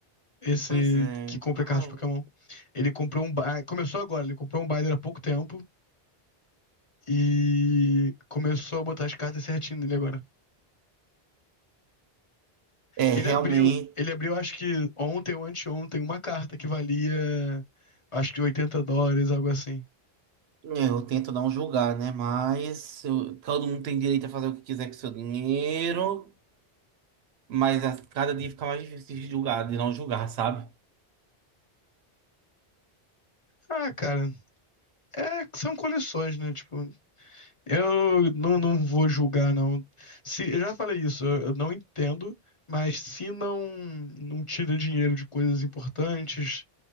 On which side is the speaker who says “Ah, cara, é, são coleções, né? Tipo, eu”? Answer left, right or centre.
Left